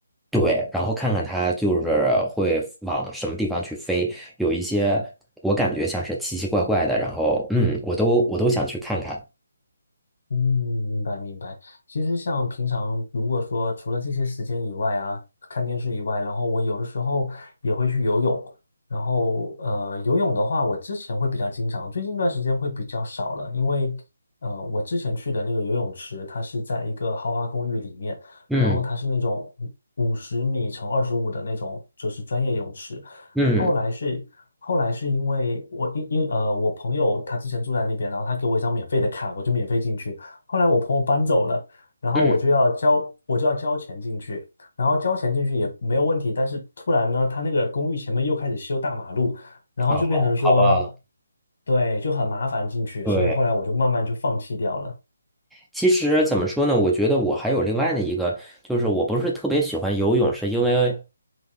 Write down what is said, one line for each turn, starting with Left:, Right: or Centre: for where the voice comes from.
Centre: 对，然后看看它就是会往什么地方去飞。有一些我感觉像是奇奇怪怪的，然后嗯，我都我都想去看看。
Left: 嗯，明白明白。其实像平常如果说除了这些时间以外啊，看电视以外，然后我有的时候也会去游泳。然后呃，游泳的话，我之前会比较经常，最近一段时间会比较少了，因为呃，我之前去的那个游泳池，它是在一个豪华公寓里面，
Centre: 嗯
Left: 然后它是那种五十米乘二十五的那种，就是专业泳池。
Centre: 嗯
Left: 后来是后来是因为我因因呃我朋友他之前住在那边，然后他给我一张免费的卡，我就免费进去。后来我朋友搬走了，然后我就要交，
Centre: 嗯，
Left: 我就要交钱进去，然后交钱进去也没有问题，但是突然呢，他那个公寓前面又开始修大马路，然后就变成说，
Centre: 哦，好吧，
Left: 对，就很麻烦进去，
Centre: 对。
Left: 所以后来我就慢慢就放弃掉了。
Centre: 其实怎么说呢？我觉得我还有另外的一个，就是我不是特别喜欢游泳，是因为